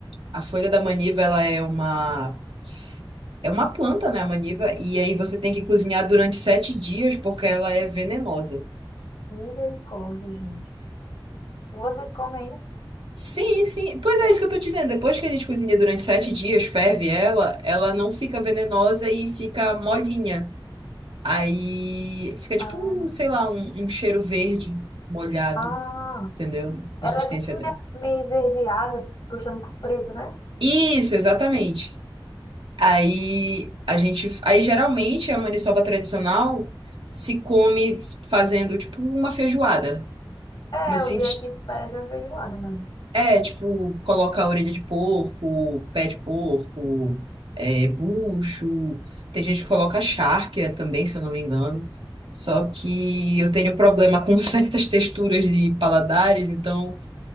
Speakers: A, on the right; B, on the left.
A: A folha da maniva, ela é uma É uma planta, né, a maniva? E aí você tem que cozinhar durante sete dias porque ela é venenosa.
B: Misericórdia, gente. E vocês comem ainda?
A: Sim, sim. Pois é, isso que eu tô dizendo. Depois que a gente cozinha durante sete dias, ferve ela, ela não fica venenosa e fica molinha. Aí fica tipo,
B: Ah,
A: um, sei lá, um, um cheiro verde molhado,
B: ah.
A: entendeu? A Consistência
B: Ela é tipo
A: dela.
B: meio meio esverdeada, puxando pro preto, né?
A: Isso, exatamente. Aí a gente. Aí geralmente a maniçoba tradicional se come fazendo tipo uma feijoada.
B: É,
A: No sentido.
B: eu vi aqui, parece uma feijoada mesmo.
A: É, tipo, coloca a orelha de porco, pé de porco, é, bucho. Tem gente que coloca charque também, se eu não me engano. Só que eu tenho problema com <laughs> certas texturas de paladares, então